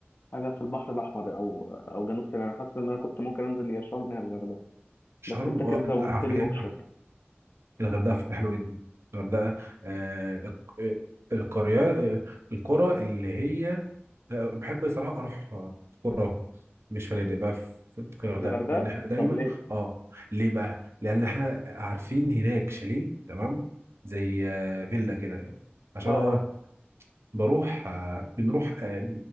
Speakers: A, on the left; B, on the right.
A: حاجه في البحر الاحمر او او جنوب سيناء انا حاسس ان انا كنت ممكن انزل يا شرم يا الغردقه
B: شرم
A: بس انت
B: آه،
A: كده زودت
B: لا على
A: لي
B: فكره
A: اوبشن
B: الغردقه فكره حلوه جدا الغردقه آه الق- آه، القريه آه، القرى اللي هي آه، بحب صراحة أروح آه، قراهم مش فنادق بقى في في الغردقة
A: الغردقه
B: لأن إحنا دايما
A: طب ليه
B: آه ليه بقى؟ لأن إحنا عارفين هناك شاليه تمام زي آه، فيلا كده عشان
A: اه
B: أنا
A: اه
B: بروح آه، بنروح آه،